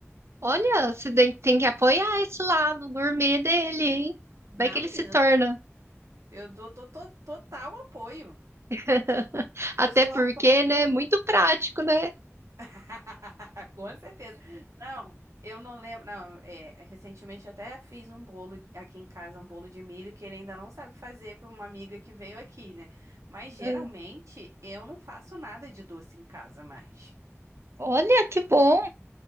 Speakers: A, on the right; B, on the right.
A: olha, você tem tem que apoiar esse lado gourmet dele, hein?
B: Não,
A: Vai que ele
B: menina,
A: se torna.
B: eu dou to- to- total apoio.
A: <laughs> Até
B: Eu sou
A: porque,
B: a fã número
A: né? Muito prático, né?
B: <laughs> Com certeza. Não, eu não lembro. Não, é, recentemente eu até fiz um bolo aqui em casa, um bolo de milho, que ele ainda não sabe fazer para uma amiga que veio aqui, né? Mas geralmente
A: É.
B: eu não faço nada de doce em casa mais.
A: Olha que bom!